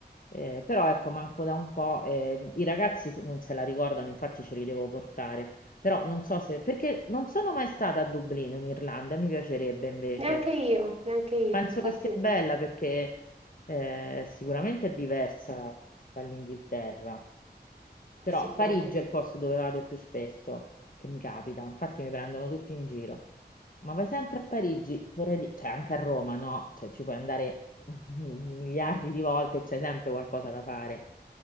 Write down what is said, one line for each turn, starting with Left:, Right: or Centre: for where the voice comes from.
Left: Eh, però ecco, manco da un po', eh, i ragazzi se- non se la ricordano, infatti ce li devo portare. Però non so se, perché non sono mai stata a Dublino in Irlanda, mi piacerebbe invece.
Right: Neanche io, neanche io,
Left: Penso
Right: infatti
Left: che sia bella perché eh, sicuramente è diversa dall'Inghilterra. Però
Right: sicuramente.
Left: Parigi è il posto dove vado più spesso, che mi capita. Infatti mi prendono tutti in giro. Ma vai sempre a Parigi, vorrei dire, cioè anche a Roma, no? Cioè ci puoi andare <laughs> miliardi di volte e c'è sempre qualcosa da fare.